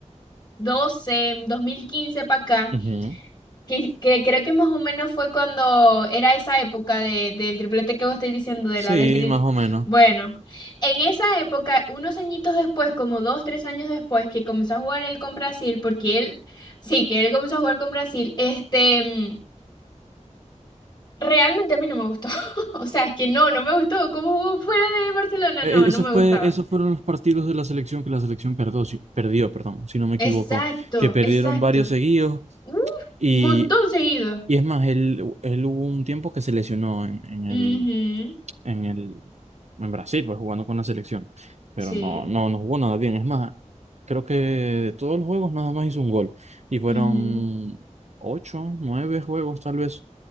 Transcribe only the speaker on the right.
Ujú.
Sí,
más o menos.
E-
e-
Eso
fue,
esos fueron los partidos de la selección que la selección perdió, si, perdió, perdón, si no me equivoco,
que perdieron
varios seguidos
y,
y es más, él, él hubo un tiempo que se lesionó en, en el,
en el en Brasil, pues jugando con la selección, pero
no no no jugó nada bien, es más, creo que de todos los juegos nada más hizo un gol y fueron
ocho, nueve juegos tal vez